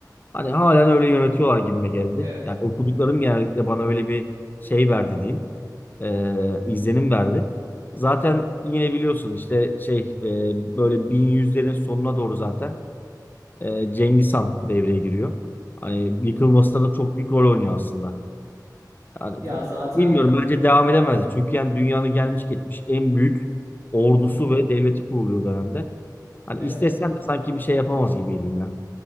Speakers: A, on the left; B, on the right.
A: Hani halen öyle yönetiyorlar gibime geldi.
B: Evet.
A: Yani okuduklarım genellikle bana öyle bir şey verdi diyeyim. Ee, izlenim verdi. Zaten yine biliyorsun işte şey e, böyle 1100'lerin sonuna doğru zaten e, Cengiz Han devreye giriyor. Hani yıkılmasına da çok büyük rol oynuyor aslında. Yani
B: Ya zaten
A: bilmiyorum bence devam edemezdi. Çünkü yani dünyanın gelmiş geçmiş en büyük ordusu
B: hı hı.
A: ve devleti kuruluyor o dönemde. Hani
B: Evet.
A: istesen de sanki bir şey yapamaz gibiydin ya.